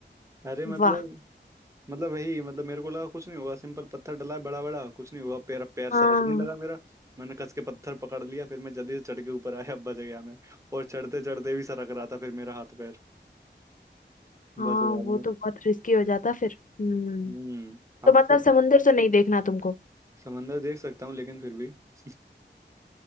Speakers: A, on the right; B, on the left.
A: अरे मतलब
B: वाह
A: मतलब वही मतलब मेरे को लगा कुछ नहीं हुआ सिंपल पत्थर डला है बड़ा बड़ा कुछ नहीं हुआ पैर पैर
B: हाँ
A: सरकने लगा मेरा मैंने कस के पत्थर पकड़ लिया फिर मैं जल्दी से चढ़ के ऊपर आया बच गया मैं और चढ़ते चढ़ते भी सरक रहा था फिर मेरा हाथ पैर
B: हाँ
A: बच गया
B: वो तो बहुत रिस्की हो जाता फिर हम्म
A: हम्म आपको
B: तो मतलब समुंदर तो नहीं देखना तुमको
A: समंदर देख सकता हूँ लेकिन फिर भी <laughs>